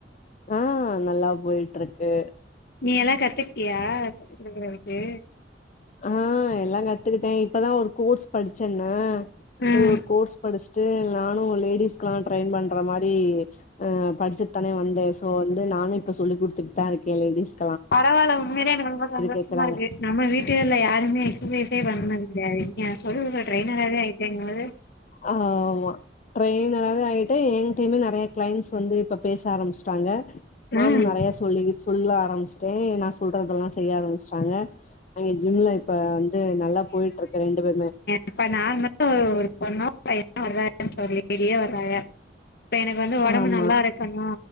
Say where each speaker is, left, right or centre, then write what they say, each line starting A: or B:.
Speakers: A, on the left; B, on the left.
A: ஆ நல்லா போய்ட்ருக்கு
B: நீ எல்லா கத்துகிட்டியா சொல்லி குடுக்குறதுக்கு
A: ஆ எல்லா கத்துக்கிட்டே இப்பதா ஒரு கோர்ஸ் படிச்சேனா
B: ம்
A: போய் ஒரு கோர்ஸ் படிச்சுட்டு நானு லேடிஸ்க்குலா ட்ரையின் பண்ற மாரி அ படிச்சுட்டு தான வந்தே சோ வந்து நானு இப்ப சொல்லி கொடுத்துட்டுதா இருக்கே லேடிஸ்கு
B: பரவால உண்மைலே எனக்கு ரொம்ப சந்தோஷமா
A: கேக்குறாங்க
B: இருக்கு நம்ம வீட்டுகல யாருமே எக்சசைஸே பண்ணது கெடயாது இங்க சொல்லிகுடுக்குற ட்ரைனர் ஆவே ஆயிட்டேங்கும் போது
A: ஆமா ட்ரைனராவே ஆயிட்டே என்ட்டயுமே நெறைய கிளைண்ட்ஸ் வந்து இப்ப பேச ஆரம்பிச்சுட்டாங்க நானு
B: ம்
A: நெறைய சொல்லி சொல்ல ஆரம்பிச்சிட்டே நா சொல்றதல்லா செய்ய ஆரம்பிச்சிட்டாங்க எங்க ஜிம்ல இப்ப வந்து நல்லா போயிட்டு இருக்கு ரெண்டு பேருமே
B: இப்போ நார்மலு ஒரு பொண்ணோ பையனா வர்ராகன் சொல்லி திரியே வர்ராக இப்ப எனக்கு வந்து ஒடம்பு
A: ஆமா
B: நல்லா இருக்கணு